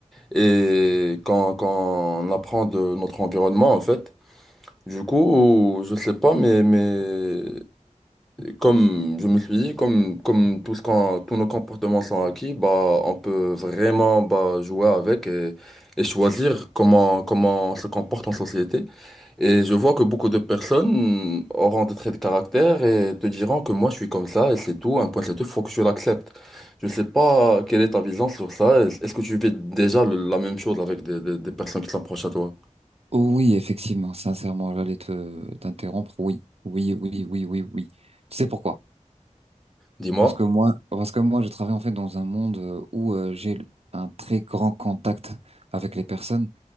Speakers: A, in the centre; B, on the right.
A: Et quand, quand on apprend de notre environnement, en fait. Du coup, je sais pas, mais, mais comme je me suis dit, comme, comme tout ce qu'on- tous nos comportements sont acquis, bah, on peut vraiment bah, jouer avec et, et choisir comment, comment on se comporte en société. Et je vois que beaucoup de personnes auront des traits de caractère et te diront que moi je suis comme ça et c'est tout, un point c'est tout, faut que je l'accepte. Je sais pas quelle est ta vision sur ça. Est- Est-ce que tu vis déjà le- la même chose avec des, des des personnes qui sont proches à toi?
B: Oui, effectivement, sincèrement, j'allais te t'interrompre. Oui, oui, oui, oui, oui, oui. Tu sais pourquoi?
A: Dis-moi.
B: Parce que moi, parce que moi, je travaille en fait dans un monde euh, où euh, j'ai un très grand contact avec les personnes,